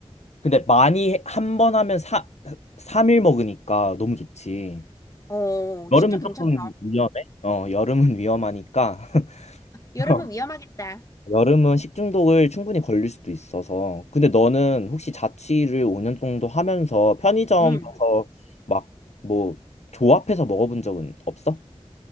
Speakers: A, on the left (about 80°); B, on the left (about 30°).
A: 근데 많이 한 번 하면 사, 3일 먹으니까 너무 좋지.
B: 어,
A: 여름은
B: 진짜 괜찮다.
A: 조금 위험해? 어, 여름은 <laughs> 위험하니까.
B: 여름은
A: <laughs>
B: 위험하겠다.
A: 여름은 식중독을 충분히 걸릴 수도 있어서. 근데 너는 혹시 자취를 5년 정도 하면서 편의점에서
B: 응.
A: 막 뭐 조합해서 먹어본 적은 없어?